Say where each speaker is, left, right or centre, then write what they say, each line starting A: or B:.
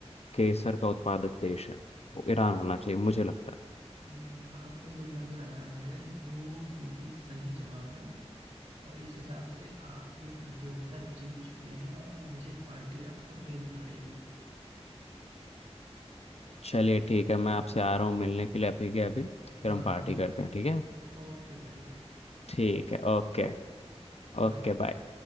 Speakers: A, on the left (about 65°); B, on the right (about 85°).
A: केसर का उत्पादक देश है वो ईरान होना चाहिए मुझे लगता है
B: हम्म, आपको जो लग रहा है वो बिल्कुल सही जवाब है और इस हिसाब से आप ये प्रतियोगिता जीत चुके हैं और मुझे पार्टी आपको देनी पड़ेगी
A: चलिए ठीक है मैं आपसे आ रहा हूँ मिलने के लिए अभी के अभी फिर
B: हाँ
A: हम पार्टी
B: हाँ हाँ,
A: करते हैं ठीक है
B: ओके भाई ओके
A: ठीक है ओके
B: ठीक है ओके
A: Okay
B: बाय
A: bye